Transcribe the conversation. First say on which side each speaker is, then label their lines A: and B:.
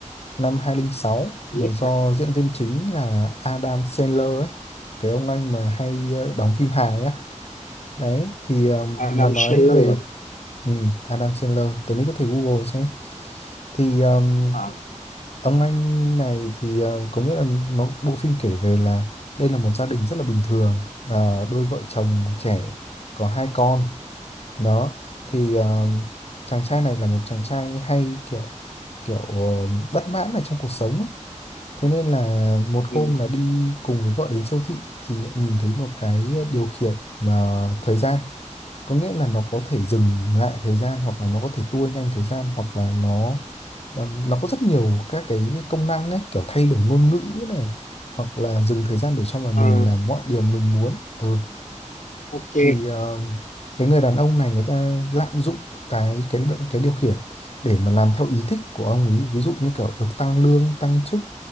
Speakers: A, on the left (about 50°); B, on the left (about 75°).
A: năm 2006
B: Lích
A: là do
B: à?
A: diễn viên chính là Adam Sandler ấy, cái ông anh mà hay ờ, đóng phim hài á. Đấy thì um,
B: Adam
A: nó nói
B: Sandler
A: về
B: à,
A: ừ, Adam Sandler, tối nay có thể Google xem. Thì um,
B: à
A: ông anh này thì ờ, có nghĩa là nó bộ phim kể về là đây là một gia đình rất là bình thường, ờ, đôi vợ chồng trẻ có hai con. Đó thì ờ, chàng trai này là một chàng trai hay kiểu kiểu ờ, bất mãn ở trong cuộc sống ấy Thế nên là một
B: ừ.
A: hôm là đi cùng với vợ đến siêu thị thì lại nhìn thấy một cái điều khiển ờ, thời gian. Có nghĩa là nó có thể dừng lại thời gian hoặc là nó có thể tua nhanh thời gian hoặc là nó ờ, nó có rất nhiều các cái công năng ấy, kiểu thay đổi ngôn ngữ này hoặc là dừng thời gian để cho mà mình
B: Ờ,
A: làm mọi điều mình muốn. Ừ,
B: ok
A: thì ờ, cái người đàn ông này người ta lạm dụng cái cái đ- cái điều khiển để mà làm theo ý thích của ông ấy ví dụ như kiểu được tăng lương tăng chức